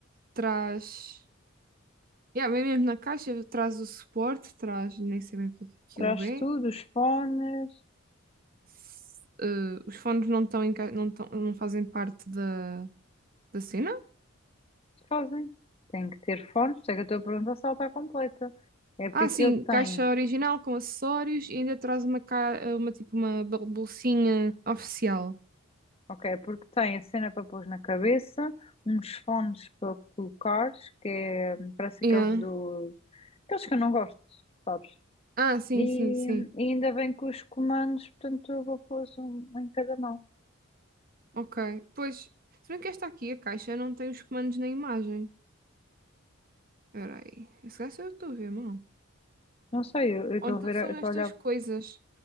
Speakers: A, on the right; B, on the left.
A: traz. Yeah, vem mesmo na caixa, traz o suporte, traz, nem sei bem o que é que aquilo
B: Traz
A: é.
B: tudo, os fones,
A: S- eh, os fones não estão em ca- não estão, não fazem parte da, da cena.
B: fazem. Tem que ter fones, por isso é que eu estou a perguntar se ela está completa. É porque
A: Ah,
B: aquilo
A: sim,
B: tem,
A: caixa original com acessórios e ainda traz uma, ca- eh, uma tipo uma bol- bolsinha oficial.
B: ok, é porque tem a cena para pôr na cabeça, uns fones para colocares, que é, hum, parece
A: Yeah.
B: aqueles do, aqueles que eu não gosto, sabes?
A: Ah, sim,
B: E,
A: sim, sim.
B: e ainda bem que os comandos, portanto, eu vou pôr um em cada mão.
A: Ok. Pois, se bem que esta aqui, a caixa, não tem os comandos na imagem. Espera aí. Esse gajo eu estou a ver mal.
B: Não sei, eu eu estou
A: Ou então
B: a ver,
A: são
B: eu estou
A: estas
B: a olhar,
A: coisas.